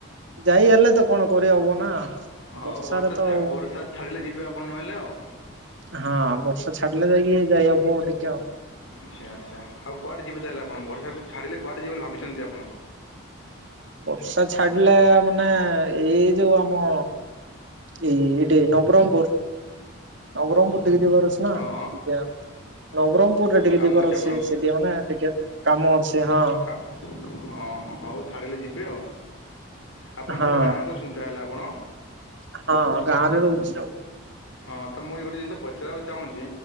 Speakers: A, on the right; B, on the left.
A: ଯାଇ ହେଲେ ତ କଣ କରିହବ ନା?
B: ହଉ
A: ବର୍ଷାରେ
B: ବର୍ଷା
A: ତ
B: ଛା
A: ଆଉ
B: ବର୍ଷା ଛାଡ଼ିଲେ ଯିବେ ଆପଣ ନହେଲେ ଆଉ।
A: ହଁ ବର୍ଷା ଛାଡିଲେ ଯାଇକି ଯାଇ ହବ ଦେଖିଆଉ।
B: ଆଛା ଆଛା ଆଉକୁଆଡ଼େ ଯିବେ ତାହେଲେ ଆପଣ। ବର୍ଷାଯଦି ଛାଡ଼ିଲେ କୁଆଡ଼େ ଯିବେ ବୋଲି ଭାବିଛନ୍ତି ଆପଣ।
A: ବର୍ଷା ଛାଡିଲା ମାନେ ଏଇ ଯୋଉ ଆମ ଏଇ ଏଇଠି ନବରଙ୍ଗପୁର। ନବରଙ୍ଗପୁର ଟିକିଏ ଯିବାର ଅଛି। ନାଆଁ
B: ହଁ
A: ଦିବ୍ୟା। ନବରଙ୍ଗପୁରରେ
B: ହଁ
A: ଟିକିଏ
B: କାମ
A: ଯିବାର ଅଛି।
B: ଆପଣ
A: ସେଦିଅନା ଟିକିଏ କାମ ଅଛି। ହଁ।
B: କା- ହଁ ହଁ ହଉ ଛାଡ଼ିଲେ ଯିବେ ଆଉ। ଆପଣ
A: ହଁ
B: ତାହେଲେ ଗାଁରୁ ଅଛନ୍ତି ତାହେଲେ ଆପଣ?
A: ହଁ ଗାଁ ରେ ରହୁଚି ଆଉ।
B: ହଁ ତମକୁ ମୁଁ ଗୋଟେ ଜିନିଷ ପଚାରିବାକୁ ଚାହୁଁଚି